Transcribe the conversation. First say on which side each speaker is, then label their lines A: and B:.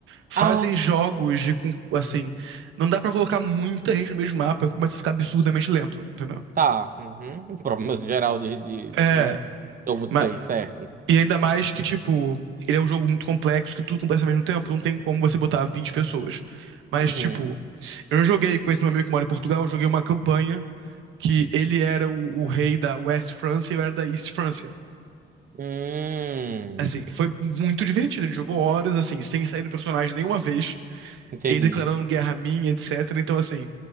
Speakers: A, on the right (about 85°); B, on the right (about 45°).
A: fazem
B: Ah,
A: jogos de, com- assim, não dá pra colocar muita gente no mesmo mapa, começa a ficar absurdamente lento, entendeu?
B: tá. Uhum. <laughs> Um Problema geral de, de,
A: É,
B: de, de Old
A: mas
B: Play, certo.
A: E ainda mais que, tipo, ele é um jogo muito complexo que tudo acontece ao mesmo tempo, não tem como você botar 20 pessoas. Mas,
B: Uhum.
A: tipo, eu já joguei com esse meu amigo que mora em Portugal, eu joguei uma campanha que ele era o, o rei da West França e eu era da East França.
B: Hum,
A: Assim, foi muito divertido, a gente jogou horas, assim, sem sair do personagem nenhuma vez,
B: entendi.
A: ele declarando guerra a mim, etc. Então, assim,